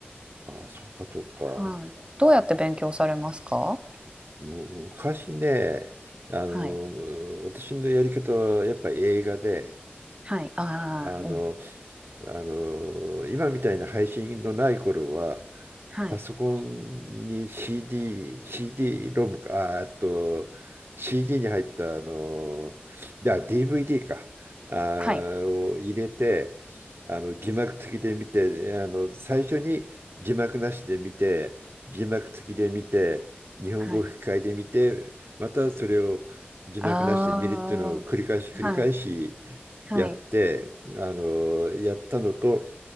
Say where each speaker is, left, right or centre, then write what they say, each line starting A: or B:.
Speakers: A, on the right; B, on the right.
A: ああ、そうか、そうか。
B: はい、どうやって勉強されますか
A: 昔ね、あの、
B: はい。
A: 私のやり方はやっぱり映画で、
B: はい。ああ、
A: あの、
B: うん。
A: あの、今みたいな配信のない頃は、
B: はい。
A: パソコンに CD、CD ロムか、ああと CD に入ったあの、いや DVD か、あを入れて、
B: はい。
A: あの字幕付きで見て、あの最初に字幕なしで見て、字幕付きで見て、日本語吹き替えで見て、
B: はい。
A: またそれを字幕なしで見るっていうのを繰り返し繰り返し
B: ああ、はい。はい。
A: やって、あのやったのと、